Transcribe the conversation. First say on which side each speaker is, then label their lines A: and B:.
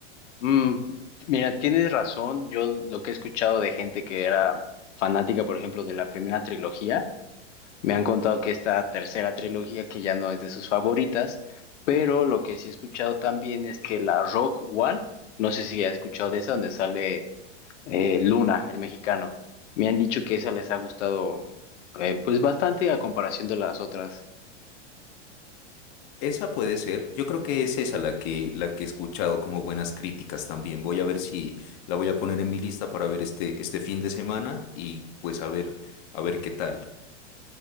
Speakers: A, on the left (about 80°); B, on the left (about 35°).
A: Mm, Mira, tienes razón. Yo lo que he escuchado de gente que era fanática, por ejemplo, de la primera trilogía, Me han contado que esta tercera trilogía, que ya no es de sus favoritas, pero lo que sí he escuchado también es que la Rogue One, no sé si has escuchado de esa, donde sale eh, Luna, el mexicano. Me han dicho que esa les ha gustado eh, pues bastante a comparación de las otras.
B: Esa puede ser, yo creo que es esa la que, la que he escuchado como buenas críticas también. Voy a ver si la voy a poner en mi lista para ver este, este fin de semana y pues a ver, a ver qué tal.